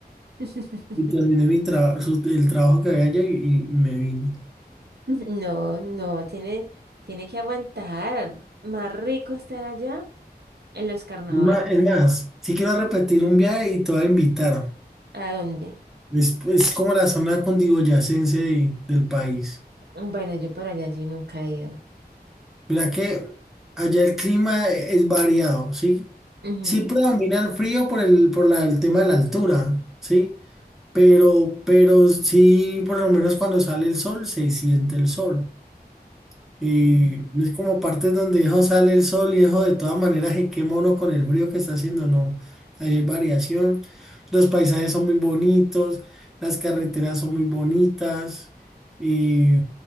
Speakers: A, on the right; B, in the centre.
A: <laughs>
B: Y terminé mi traba- su- el trabajo que había allá y, y y me vine.
A: No, no, tiene, tiene que aguantar. Más rico estar allá en los carnavales.
B: Es más, es más, sí quiero repetir un viaje y te voy a invitar.
A: ¿A dónde?
B: Es, es como la zona cundiboyacense de- del país.
A: Bueno, yo para allá sí nunca he ido.
B: Mira que allá el clima e, es variado, ¿sí?
A: Ujú.
B: Sí predomina el frío por el, por la- el tema de la altura, ¿sí? Pero, pero sí, por lo menos cuando sale el sol, se siente el sol. Y
A: Mm,
B: es como partes donde hijo sale el sol y hijo de todas maneras se quema uno con el frío que está haciendo, no. Ahí hay variación. Los paisajes son muy bonitos, las carreteras son muy bonitas. Y